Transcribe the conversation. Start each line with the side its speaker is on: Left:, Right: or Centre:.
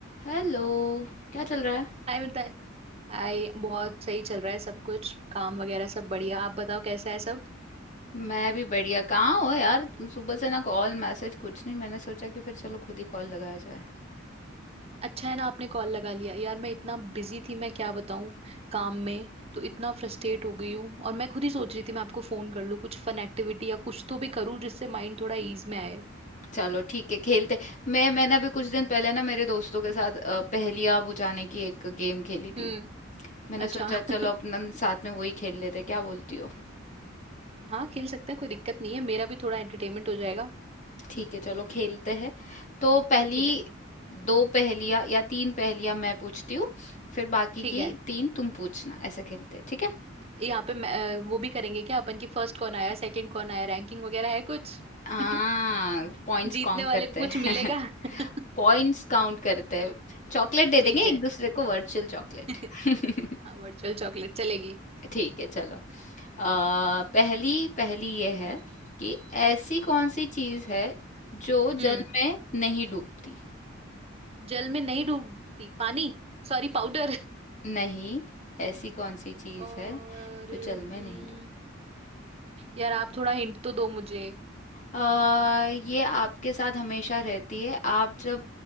Left: Hello क्या चल रहा है
Right: हाय Mitali Hi बहुत सही चल रहा है सब कुछ काम वगैरह सब बढ़िया आप बताओ कैसा है सब
Left: मैं भी बढ़िया कहाँ हो यार तुम सुबह से ना कॉल मैसेज कुछ नहीं मैंने सोचा कि फिर चलो खुद ही कॉल लगाया जाए
Right: अच्छा है ना आपने कॉल लगा लिया यार मैं इतना बिजी थी मैं क्या बताऊं काम में तो इतना फ्रस्ट्रेट हो गई हूँ और मैं खुद ही सोच रही थी मैं आपको फोन कर लूं कुछ फन एक्टिविटी या कुछ तो भी करूँ जिससे माइंड थोड़ा ईज में आए
Left: चलो ठीक है खेलते मैं मैंने अभी कुछ दिन पहले ना मेरे दोस्तों के साथ अ, पहेलियाँ बुझाने की एक गेम खेली
Right: हम्म
Left: थी मैंने
Right: अच्छा
Left: सोचा चलो
Right: <laughs>
Left: अपन साथ में वही खेल लेते हैं, क्या बोलती हो
Right: हाँ खेल सकते हैं कोई दिक्कत नहीं है मेरा भी थोड़ा एंटरटेनमेंट हो जाएगा
Left: ठीक है चलो खेलते हैं तो पहली
Right: ठीक है
Left: दो पहेलियाँ या तीन पहेलियाँ मैं पूछती हूँ फिर बाकी
Right: ठीक
Left: की
Right: है
Left: तीन तुम पूछना ऐसे खेलते हैं ठीक है
Right: यहाँ पे मैं- अ, वो भी करेंगे क्या अपन की फर्स्ट कौन आया सेकंड कौन आया रैंकिंग वगैरह है कुछ
Left: हाँ,
Right: <laughs>
Left: पॉइंट्स
Right: जीतने
Left: काउंट
Right: वाले
Left: करते
Right: को कुछ
Left: हैं
Right: मिलेगा
Left: <laughs>
Right: <laughs>
Left: पॉइंट्स काउंट करते हैं चॉकलेट दे
Right: ठीक
Left: देंगे एक
Right: है
Left: दूसरे को वर्चुअल चॉकलेट
Right: <laughs>
Left: <laughs>
Right: हाँ वर्चुअल चॉकलेट चलेगी
Left: ठीक है चलो आ, पहली पहली ये है कि ऐसी कौन सी चीज है जो
Right: हम्म
Left: जल में नहीं डूबती
Right: जल में नहीं डूबती पानी Sorry powder
Left: नहीं ऐसी कौन सी चीज
Right: और
Left: है जो
Right: हम्म,
Left: जल में नहीं
Right: यार आप थोड़ा हिंट तो दो मुझे
Left: अ, ये आपके साथ हमेशा रहती है आप जब